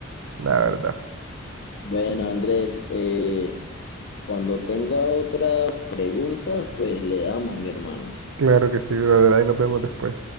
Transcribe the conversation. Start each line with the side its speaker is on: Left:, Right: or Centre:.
Right: la verdad.
Left: Bueno, Andrés, eh, cuando tenga otra pregunta, pues le damos, mi hermano.
Right: Claro que sí, brother. Ahí nos vemos después.